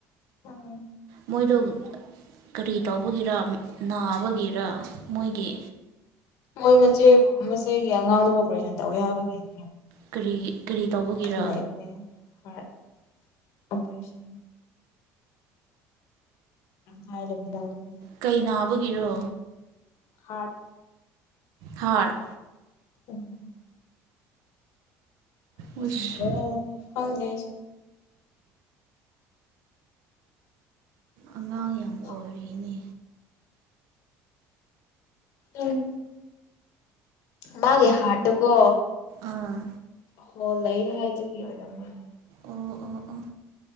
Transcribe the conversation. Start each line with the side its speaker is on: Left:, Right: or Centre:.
Left: ꯎꯝ
Right: ꯃꯣꯏꯗꯣ ꯀꯔꯤ ꯇꯧꯕꯒꯤꯔꯥ ꯅꯥꯕꯒꯤꯔꯥ ꯃꯣꯏꯒꯤ
Left: ꯃꯣꯏ ꯃꯆꯦ ꯃꯆꯦꯒꯤ ꯑꯉꯥꯡꯗꯨꯕꯨ ꯑꯣꯄꯔꯦꯁꯟ ꯇꯧꯋꯦ ꯍꯥꯏꯕꯒꯤꯅꯦ
Right: ꯀꯔꯤ ꯀꯔꯤ ꯇꯧꯕꯒꯤꯔꯥ
Left: ꯂꯩꯕꯅꯦ ꯍꯥꯔꯠ ꯑꯣꯄ꯭ꯔꯦꯁꯟ ꯃꯔꯝ <unintelligible>
Right: ꯀꯩ ꯅꯥꯕ ꯒꯤꯔꯣ
Left: ꯍꯥꯔꯠ
Right: ꯍꯥꯔꯠ
Left: ꯎꯝ ꯑꫭꯄ꯭ꯔꯦꯁꯟ
Right: ꯋꯤꯁ
Left: ꯇꯧꯋꯦ ꯍꯥꯏꯕꯅꯦ ꯈꯪꯗꯦ ꯑꯩꯁꯨ ꯎ
Right: ꯑꯉꯥꯡ ꯌꯥꯝ
Left: ꯍꯥꯎ
Right: ꯑꯣꯏꯔꯤꯅꯦ
Left: ꯎꯝ ꯃꯥꯒꯤ ꯍꯥꯔꯠꯇꯨꯀꯣ
Right: ꯑꯥ
Left: ꯍꯣꯜ ꯂꯩ ꯍꯥꯏꯗꯨꯒꯤ ꯑꯣꯏꯔꯝꯕ ꯌꯥꯏ
Right: ꯑꯣ ꯑꯣ ꯑꯣ